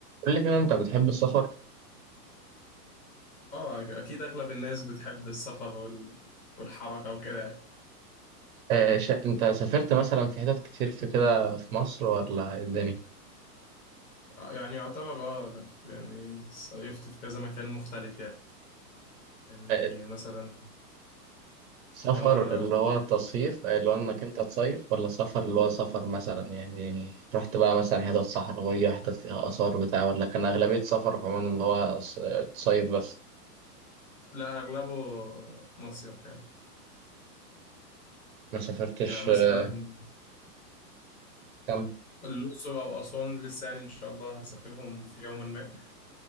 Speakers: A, on the right; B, on the left.
A: قول لي كده انت بتحب السفر
B: اه اكيد اغلب الناس بتحب السفر وال... والحركه وكده يعني
A: آه شا... انت سافرت مثلا في حتت كتير في كده في مصر ولا ايه الدنيا
B: آه، يعني يعتبر اه لف يعني صيفت في كذا مكان مختلف يعني يعني
A: آه،
B: مثلا
A: سفر
B: وانا
A: اللي
B: صغير
A: هو تصيف آه، اللي هو انك انت تصيف ولا سفر اللي هو سفر مثلا يعني رحت بقى مثلا حتت صحراوية حتت فيها آثار بتاع ولا كان أغلبية سفرك عموما اللي هو ص- تصيف بس
B: لا اغلبه مصيف يعني
A: ما سافرتش
B: يعني مثلا
A: آه، كام
B: الأقصر أو أسوان لسه يعني إن شاء الله هسافرهم في يوما ما